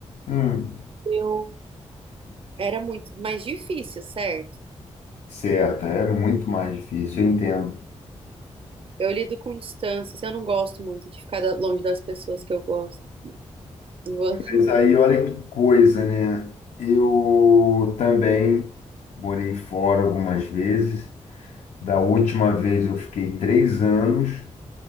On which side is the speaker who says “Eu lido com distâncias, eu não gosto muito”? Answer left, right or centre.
Right